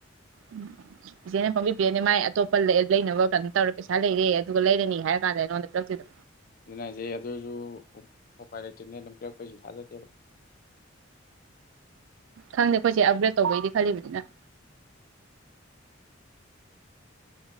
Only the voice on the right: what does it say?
ꯎꯝ ꯏꯆꯦꯅ ꯄꯪꯕꯤ ꯄꯤꯔꯅꯦ ꯃꯥꯏ ꯑꯇꯣꯞꯄ ꯂꯩ ꯂꯩꯅꯕ ꯀꯩꯅꯣ ꯇꯧꯔꯦ ꯄꯩꯁꯥ ꯂꯩꯔꯦ ꯑꯗꯨꯒ ꯂꯩꯔꯅꯤ ꯍꯥꯏꯔ ꯀꯥꯟꯗ ꯅꯉꯣꯟꯗ ꯄꯤꯔꯛꯇꯨꯏꯗꯣ
ꯈꯪꯗꯦ ꯑꯈꯣꯏꯆꯦ ꯑꯞꯒ꯭ꯔꯦꯗ ꯇꯧꯗꯣꯏꯗꯤ ꯈꯜꯂꯤꯕꯅꯤꯅ